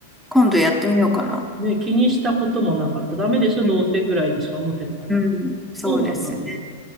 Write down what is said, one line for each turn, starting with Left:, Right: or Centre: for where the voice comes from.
Centre: 今度やってみようかな。
Right: ね、気にしたこともなかった。ダメでしょ、
Centre: うん。
Right: どうせぐらいにしか思ってなかった。
Centre: うん、そうですね。
Right: どうなんだろう。